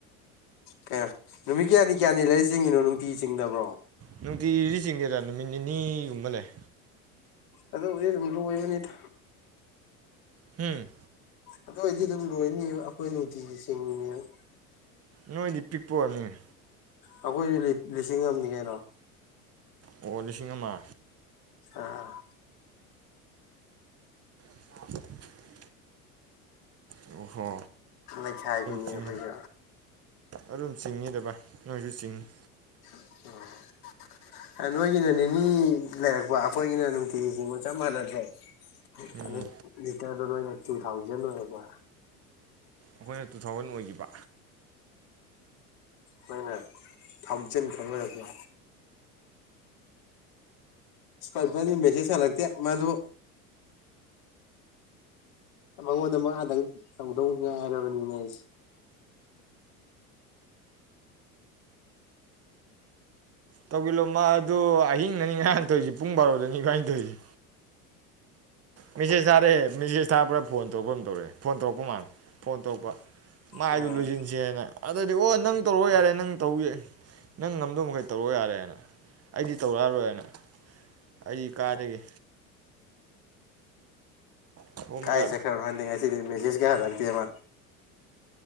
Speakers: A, on the left (about 55°); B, on the right (about 35°).
A: ꯀꯩꯅꯣ ꯅꯨꯃꯤꯠ ꯀꯌꯥꯅꯤ ꯀꯌꯥꯅꯤ ꯂꯩꯔꯤ ꯆꯤꯡꯉꯤꯅꯣ ꯅꯨꯡꯇꯤ ꯆꯤꯡꯗꯕ꯭ꯔꯣ
B: ꯅꯨꯡꯇꯤꯒꯤꯗꯤ ꯆꯤꯡꯗꯦꯗ ꯅꯨꯃꯤꯠ ꯅꯤꯅꯤꯒꯨꯝꯕ ꯂꯩ
A: ꯑꯗꯨꯕꯨꯗꯤ ꯑꯗꯨꯝ ꯂꯣꯏꯕꯅꯤꯗ
B: ꯍꯨꯝ
A: ꯑꯗꯨ ꯑꯣꯏꯗꯤ ꯑꯗꯨꯝ ꯂꯣꯏꯅꯤꯕ ꯑꯩꯈꯣꯏ ꯅꯨꯡꯇꯤꯒꯤ ꯆꯤꯡꯉꯤꯅꯦꯕ
B: ꯅꯣꯏꯗꯤ ꯄꯤꯛꯄꯣꯛꯑꯣꯏꯅꯤ
A: ꯑꯩꯈꯣꯏꯗꯤ ꯂꯤ ꯂꯤꯁꯤꯡ ꯑꯃꯅꯤ ꯀꯩꯅꯣ
B: ꯑꯣ ꯂꯤꯁꯤꯡ ꯑꯃ
A: ꯑ
B: <inaudible> ꯑꯣꯍꯣ
A: ꯂꯩꯈꯥꯏꯕꯤꯅꯦ
B: ꯆꯤꯡ
A: ꯑꯩꯈꯣꯏꯁꯨ
B: ꯑꯗꯨꯝ ꯆꯤꯡꯏꯤꯗ ꯚꯥꯏ ꯅꯣꯏꯁꯨ ꯆꯤꯡꯏꯤ
A: ꯑꯣ ꯅꯣꯏꯒꯤꯅ ꯅꯤꯅꯤ ꯂꯩꯔꯛꯄ ꯑꯩꯈꯣꯏꯒꯤꯅ ꯅꯨꯡꯇꯤꯒꯤꯁꯤꯡꯒ ꯆꯞ ꯃꯥꯟꯅꯗ꯭ꯔꯦ
B: ꯎꯝ
A: ꯑ ꯂꯤꯇꯔꯗ ꯅꯣꯏꯅ ꯇꯨ ꯊꯥꯎꯖꯟ ꯑꯣꯏꯣꯏꯌꯦꯔꯕ
B: ꯑꯩꯈꯣꯏꯅ ꯇꯨ ꯊꯥꯎꯖꯟ ꯑꯣꯏꯈꯤꯕ
A: ꯃꯣꯏꯅ ꯊꯥꯎꯖꯟ ꯈꯪ ꯑꯣꯏꯔꯕ ꯁ ꯄꯗꯤ ꯃꯦꯁꯦꯁ ꯍꯟꯂꯛꯛꯇꯦ ꯃꯗꯨ ꯃꯉꯣꯟꯗ ꯃꯥꯗꯪ ꯇꯧꯗꯧ ꯉꯥꯏꯔꯕꯅꯤꯅ ꯑꯩꯁꯦ
B: ꯇꯧꯁꯤꯟꯂꯣ ꯃꯥ ꯑꯗꯨ ꯑꯍꯤꯡꯗꯅꯤꯒꯔꯥ ꯍꯊꯣꯏꯁꯤ ꯄꯨꯡ ꯕꯥꯔꯣꯗꯅꯤ ꯈ ꯍꯅꯤꯊꯣꯏꯁꯤ ꯃꯦꯁꯦꯖ ꯊꯥꯔꯛꯦ ꯃꯦꯁꯦꯖ ꯊꯥꯕ꯭ꯔꯥ ꯐꯣꯟ ꯇꯧꯛꯄ ꯑꯃ ꯇꯧꯔꯛꯦ ꯐꯣꯟ ꯇꯧꯔꯛꯄ ꯃꯥꯜꯂꯦ ꯐꯣꯟ ꯇꯧꯔꯛꯄ ꯃꯥꯏꯗꯨ
A: ꯑꯥ
B: ꯂꯣꯏꯁꯤꯟꯁꯦꯅ ꯑꯗꯨꯗꯗꯤ ꯑꯣ ꯅꯪ ꯇꯧꯔꯣ ꯌꯥꯔꯦ ꯅꯪ ꯇꯧꯒꯦ ꯅꯪ ꯉꯝꯗꯧ ꯃꯈꯩ ꯇꯧꯔꯛ ꯌꯥꯔꯦꯅ ꯑꯩꯗꯤ ꯇꯧꯔꯛꯑꯔꯣꯏꯅ ꯑꯩ ꯀꯥꯗꯒꯤ ꯁꯣꯝꯗ
A: ꯀꯥꯏꯁꯦꯈ꯭ꯔꯅꯣ ꯈꯟꯗꯦ ꯉꯁꯤꯗꯤ ꯃꯦꯁꯦꯖꯀ ꯍꯜꯂꯛꯇꯦꯕ